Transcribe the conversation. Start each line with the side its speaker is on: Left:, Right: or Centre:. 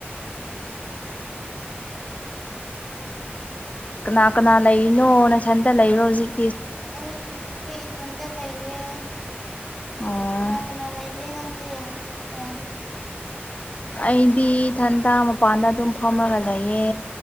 Centre: ꯎꯝ
Left: ꯀꯅꯥ ꯀꯅꯥ ꯂꯩꯔꯤꯅꯣ ꯅꯊꯟꯇ ꯂꯩꯔꯣ ꯍꯧꯖꯤꯛ
Centre: ꯑꯩ ꯍꯧꯖꯤꯛꯇꯤ ꯏꯊꯟꯇ ꯂꯩꯌꯦ
Left: ꯑꯣ
Centre: ꯀꯅꯥ ꯀꯅꯥ ꯂꯩꯒꯦ ꯅꯪꯗꯤ ꯍꯧꯖꯤꯛꯁꯦ
Left: ꯑꯩꯗꯤ ꯏꯊꯟꯇꯥꯥ ꯃꯄꯥꯟꯗ ꯑꯗꯨꯝ ꯐꯝꯃꯒ ꯂꯩꯌꯦ